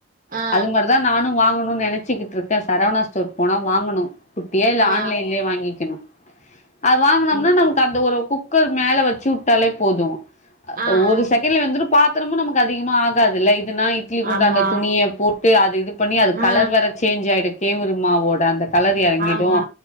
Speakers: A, on the right (about 45°); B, on the left (about 35°).
A: ஆ ஆ
B: அது மாதிரிதான் நானும் வாங்கணும் வாங்கனூம்னு நினைச்சக்கிட்டு இருக்கேன் சரவணா ஸ்டோர் போனா வாங்கணும் குட்டியா இல்ல
A: ஆ ஆ ஆ
B: ஆன்லைன்லயே வாங்கிக்கணும் அது வாங்கனம்னா
A: சரி
B: நமக்கு அந்த வரும் குக்கர் மேல வச்சு விட்டாலே போதும்
A: ஆ ஆ
B: ஒரு செகண்ட்ல வெந்துரும் பாத்தா பாத்ரமும் நமக்கு அதிகமா ஆகாதுல்ல இட்லி குண்டாண்ல
A: ஆமா
B: துணியை போட்டு அது இது பண்ணி அது
A: ஆ
B: கலர் வேற சேஞ்ச் ஆயிடுக்கு கேவுருமாவோட அந்த கலரு இறங்கிடும்
A: ஆமா